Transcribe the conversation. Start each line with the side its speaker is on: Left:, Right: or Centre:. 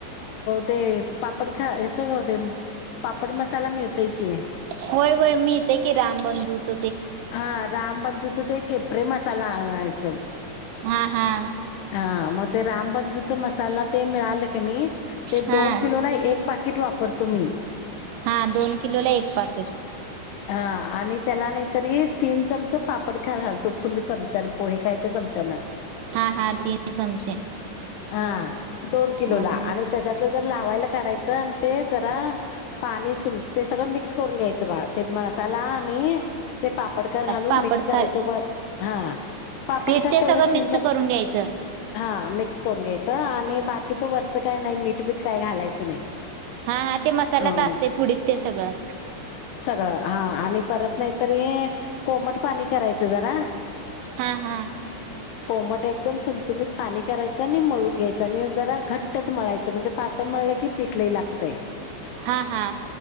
Left: ते पापड खा हेच हो ते पापड मसाला मिळतय की,
Right: होय होय मिळतंय इथे की राम बंधूच.
Left: हा रामबंधूच ते केपरे मसाला आणायच.
Right: हा, हा,
Left: हा मग ते रामबधूचा मसाला ते मिळाले का नाही ते,
Right: हा
Left: दोन किलो नाही एक पा ट वापरतो मी.
Right: हा दोन किलो ला एक पाकीट.
Left: हां आणि त्याला नाहीतरी तीन चमच पापड खार घालतो फुल चमचा पोहे खायच्या चमचान.
Right: हा हा तीन चमचे,
Left: हा दोन
Right: अ
Left: किलो ला आणि त्याच्यातल जर लावायला काढायचं आणि ते जरा पाणी सुम ते सगळं मिक्स करून घ्यायचं. ते मसाला आणि ते पापडकर घालून
Right: पापड
Left: मिक्स करायचं
Right: खारी
Left: वर हा. पापडखार
Right: पीठ ते
Left: तेवढंच
Right: सगळं
Left: तीन
Right: मिक्स
Left: चमच
Right: करून घ्यायचं
Left: हा मिक्स करून घ्यायचं आणि बाकीचं वरचं काय नाही मीठ बीठ काय घालायचं च नाही.
Right: हा हा ते मसाल्यात
Left: अ
Right: असते पुडीत ते सगळं
Left: सगळं हा आणि परत नाही, तरी हे कोमट पाणी करायचं जरा
Right: हा हा
Left: कोमट एक एकदम सुमसुमीत पाणी करायचं आणि मळून घ्यायचं आणि जरा घट्टच मळायचं म्हणजे, पातळ मळलं की पिटलंही लागत. गतंय
Right: हा हा